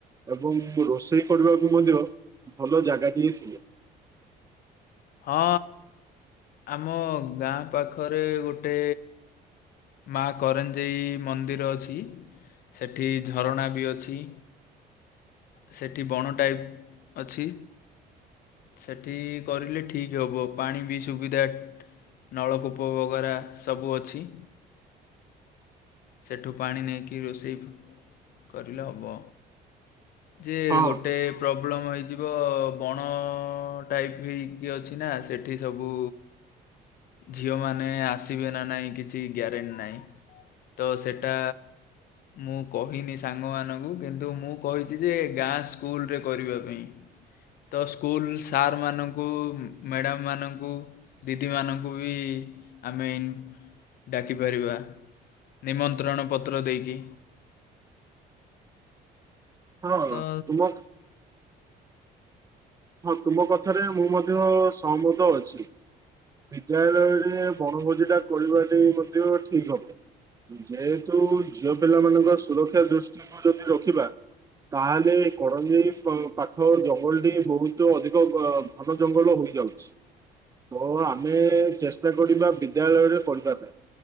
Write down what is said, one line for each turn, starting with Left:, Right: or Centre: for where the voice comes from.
Right: ଏବଂ ରୋଷେଇ କରିବାକୁ ମଧ୍ୟ ଭଲ ଜାଗାଟିଏ ଥି
Left: ହଁ ଆମ ଗାଁ ପାଖରେ ଗୋଟେ ମା କରଞ୍ଜେଇ ମନ୍ଦିର ଅଛି। ସେଠି ଝରଣା ବି ଅଛି। ସେଠି ବଣ ଟାଇପ୍ ଅଛି। ସେଠି କରିଲେ ଠିକ୍ ହେବ ପାଣି ବି ସୁବିଧା। ନଳକୂପ ବଗରା ସବୁ ଅଛି। ସେଠୁ ପାଣି ନେଇକି ରୋଷେଇ କରିଲେ ହବ। ଯେ
Right: ହଁ
Left: ଗୋଟେ ପ୍ରବ ପ୍ରୋବ୍ଲେମ୍ ହେଇଯିବ, ବଣ ଟାଇପ୍ ହେଇକି ଅଛି ନା ସେଠି ସବୁ ଝିଅମାନେ ଆସିବେ ନା ନାହିଁ କିଛି ଗ୍ୟାରେଣ୍ଟ ନାହିଁ। ତ ସେଟା ମୁଁ କହିନି ସାଙ୍ଗମାନଙ୍କୁ କିନ୍ତୁ ମୁଁ କହିଛି ଯେ ଗାଁ ସ୍କୁଲରେ କରିବା ପାଇଁ। ତ ସ୍କୁଲ ସାର୍ ମାନଙ୍କୁ ମ୍ୟାଡ଼ାମମାନଙ୍କୁ ଦିଦିମାନଙ୍କୁ ବି ଆମେ ଇନ୍ ଡ଼ାକିପାରିବା। ନିମନ୍ତ୍ରଣ ପତ୍ର ଦେଇକି।
Right: ହଁ
Left: ତ
Right: ତୁମ ହଁ ତୁମ କଥାରେ ମୁଁ ମଧ୍ୟ ସହମତ ଅଛି। ବିଦ୍ୟାଳୟରେ ବଣଭୋଜି ଟା କରିବା ଟି ମଧ୍ୟ ଠିକ ହବ। ଯେହେତୁ ଝିଅପିଲାମାନଙ୍କ ସୁରକ୍ଷା ଦୃଷ୍ଟିକୁ ଯଦି ରଖିବା ତାହେଲେ କରଡେଇ ପ-ପାଖ ଜଙ୍ଗଲ ଟି ବହୁତ ତ ଅଧିକ ବା ଘନ ଜଙ୍ଗଲ ହୋଇଯାଉଛି। ତ ଆମେ ଚେଷ୍ଟା କରିବା ବିଦ୍ୟାଳୟରେ କରିବା ପାଇଁ